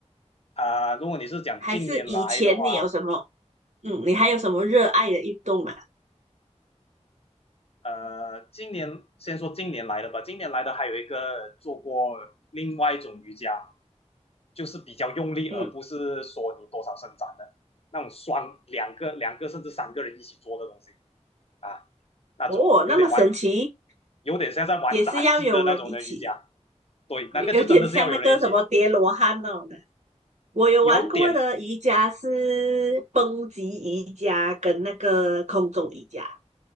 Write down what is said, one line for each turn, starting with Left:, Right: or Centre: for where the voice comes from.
Left: 啊、呃如果你是讲近年来的话，
Right: 还是以前你有什么，嗯，你还有什么热爱的运动吗？
Left: 呃，今年先说今年来的吧，今年来的还有一个做过另外一种瑜伽，就是比较用力，
Right: 嗯，
Left: 而不是说你多少伸展的那种双两个两个甚至三个人一起做的东西啊，那种有点弯。
Right: 哦，那么神奇，
Left: 有点像在玩杂技的那种的瑜伽。
Right: 也是要有人一起，
Left: 对，那个就真的是要有人一起，
Right: 有点像那个什么叠罗汉那种的。我有玩过的瑜伽是蹦极瑜伽跟那个空中瑜伽
Left: 有点